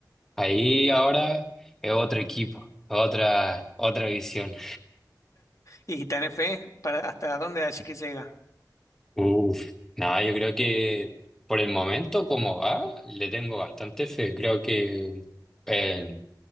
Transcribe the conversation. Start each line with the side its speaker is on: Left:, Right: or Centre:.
Centre: ahí ahora es otro equipo, otra, otra visión.
Left: ¿Y tenés fe para hasta dónde así que llega?
Centre: Uf, no, yo creo que por el momento como va, le tengo bastante fe. Creo que eh,